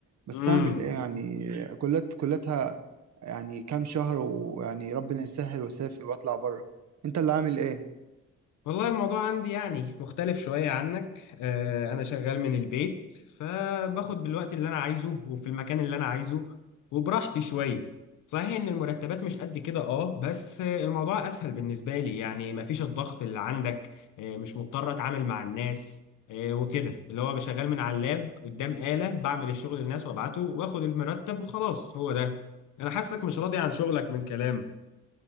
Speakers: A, on the right; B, on the left.
A: بس
B: امم
A: اعمل ايه يعني كلات كلاتها يعني كام شهر ويعني ربنا يسهل واسافر واطلع بره انت اللي عامل ايه
B: والله الموضوع عندي يعني مختلف شوية عنك آه انا شغال من البيت فباخد بالوقت اللي انا عايزه وفي المكان اللي انا عايزه وبراحتي شوية صحيح ان المرتبات مش قد كده اه بس آه، الموضوع اسهل بالنسبة لي يعني مفيش الضغط اللي عندك آه مش مضطر اتعامل مع الناس آه وكده اللي هو بشغال من على اللاب قدام آلة بعمل الشغل للناس وابعته واخد المرتب وخلاص هو ده انا حاسك مش راضي عن شغلك من كلامك